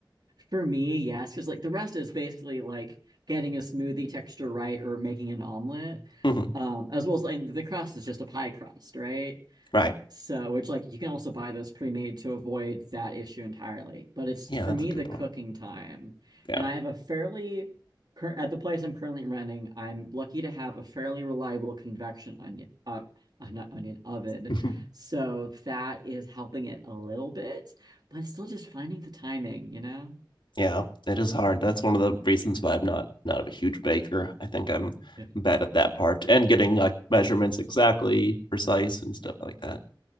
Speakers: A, on the right (about 55°); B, on the left (about 70°).
A: For me, yes, because like the rest is basically like getting a smoothie texture right or making an omelet.
B: hmm
A: Um, as well as like the crust is just a pie crust, right?
B: Right.
A: So, which like you can also buy those pre-made to avoid that issue entirely. But it's
B: Yeah,
A: for
B: that's
A: me
B: a good
A: the
B: point.
A: cooking time.
B: Yeah.
A: And I have a fairly cur at the place I'm currently renting, I'm lucky to have a fairly reliable convection onion uh uh, not onion oven.
B: <laughs>
A: So that is helping it a little bit, but it's still just finding the timing, you know?
B: yeah, it is hard. That's one of the reasons why I'm not not a huge baker. I think I'm
A: Yeah.
B: bad at that part and getting like measurements exactly precise and stuff like that.